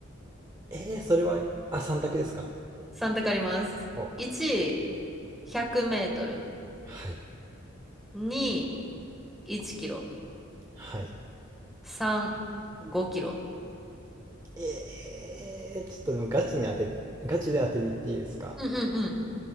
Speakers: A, on the right; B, in the centre.
A: えー、それは、あ、3択ですか。
B: ?3 択あります。
A: お、
B: 1、100メートル。
A: はい。
B: 2、1キロ。
A: はい。
B: 3、5キロ。
A: えー、ちょっとでもガチに当て、ガチで当てに行っていいですか
B: うんうんうん。